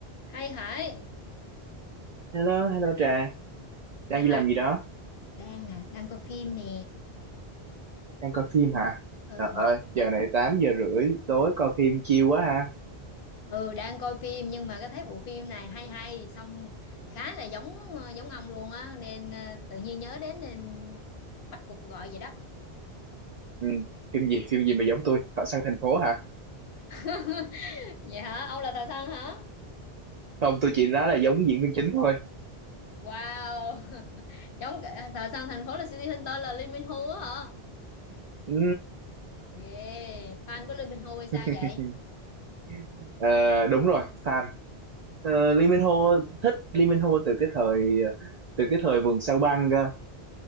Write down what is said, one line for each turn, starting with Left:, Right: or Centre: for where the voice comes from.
Left: hay hỏi
Right: Hello, hello Trà, đang
Left: đang
Right: đi
Left: là
Right: làm gì đó?
Left: đang à đang coi phim nè
Right: Đang coi phim hả?
Left: ừ
Right: Trời ơi,
Left: mà
Right: giờ này 8 giờ rưỡi tối coi phim chill quá ha.
Left: ừ đang coi phim nhưng mà cái thấy bộ phim này hay hay xong khá là giống ờ, giống ông luôn á nên ờ, tự nhiên nhớ đến nên bắt cuộc gọi vậy đó
Right: Ừ, phim gì, phim gì mà giống tôi? Họ sang thành phố hả?
Left: <laughs> vậy hả ông là thợ săn hả
Right: Không, tôi chỉ nói là giống diễn viên chính thôi.
Left: wow <laughs> giống cả- thợ săn thành phố là City Hunter là Lee Min Ho á hả
Right: Ừ,
Left: yeah fan của Lee Min Ho hay sao
Right: <laughs>
Left: vậy
Right: ờ, đúng rồi, fan. Ờ, Lee Min Ho, thích Lee Min Ho từ cái thời ờ, từ cái thời vườn sao băng cơ.